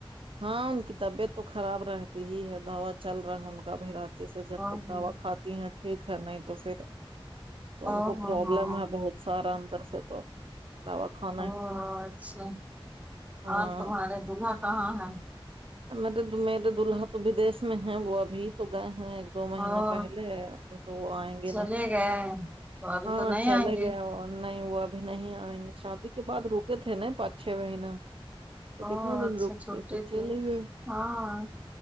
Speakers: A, on the right; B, on the right.
A: ہاں ان کی طبیعت تو خراب رہتی ہی ہے دوا چل رہا ہے ان کا ابھی جیسے جب
B: او
A: تک
B: ہو
A: دوا کھاتی ہیں ٹھیک ہے نہیں تو پھر تو
B: او
A: ان کو
B: ہو
A: پرابلم
B: ہو
A: ہے بہت سارا اندر سے تو دوا کھا
B: ہاں ا اچھا
A: ہاں
B: اور تمہارے دلہا کہاں ہے
A: مطلب تو میرے دولہا تو ویدیش میں ہیں وہ ابھی تو گئے ہیں دو مہینہ
B: او
A: پہلے ابھی تو وہ آئیں گے
B: چلے
A: نہیں
B: گئے تو ابھی
A: ہاں
B: تو نہیں
A: چلے
B: آئیں گے
A: گئے وہ نہیں وہ ابھی نہیں آئیں گے شادی کے بعد رکے تھے نہ پانچ چھ مہینہ تو
B: او
A: کتنا دن
B: اچھا
A: رکتے
B: چھوٹے
A: تو
B: تھے
A: چلے گئے
B: ہاں